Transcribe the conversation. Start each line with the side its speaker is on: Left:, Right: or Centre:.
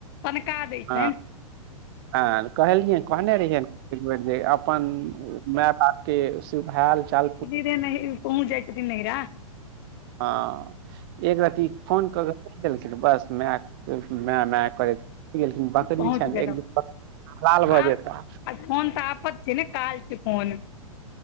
Left: तनका दै छनि
Right: हँ आर कहलियनि कहने रहियै एक बेर जे अपन माय बाप के <unintelligible> हाल चाल पू
Left: से नहि पहुँ जाइ छै छथिन नहिरा
Right: हँ, एक रती फोन कऽ क कहि देलखिन, बस माय। माय माय करैत किन बक <unintelligible> री
Left: पहुँच
Right: छनि
Left: गेलहुँ
Right: एक द लाल भऽ
Left: आब
Right: जेताह
Left: आ फोन तऽ आफत छै ने काल छै फोन